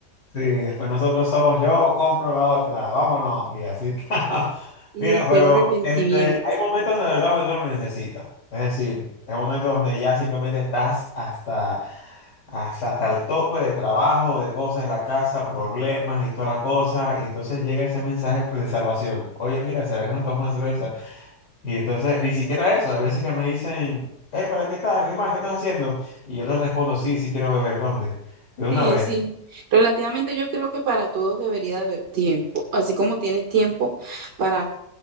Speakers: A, on the left; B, on the right.
A: sí, después nosotros somos yo, compro la otra, vámonos, y así está. <laughs>
B: Y
A: Mira,
B: después
A: pero
B: el arrepentimiento.
A: este, hay momentos de verdad donde uno lo necesita. Es decir, hay momentos donde ya simplemente estás hasta, hasta, hasta el tope de trabajo, de cosas, la casa, problemas y toda la cosa. Y entonces llega ese mensaje pues, de salvación. Oye, mira, ¿será que nos tomamos una cerveza? Y entonces, ni siquiera eso. Hay veces que me dicen, eh, ¿para qué estás? ¿Qué más? ¿Qué estás haciendo? Y yo les respondo, sí, sí quiero beber. ¿Dónde? De una
B: Sí,
A: vez.
B: sí. Relativamente yo creo que para todos debería de haber tiempo. Así como tienes tiempo para